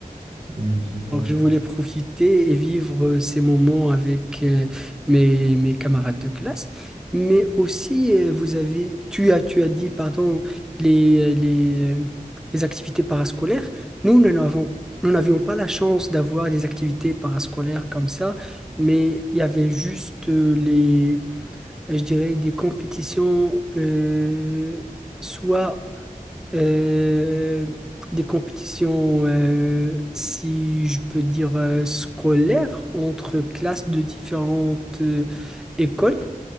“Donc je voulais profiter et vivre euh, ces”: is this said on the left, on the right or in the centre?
Centre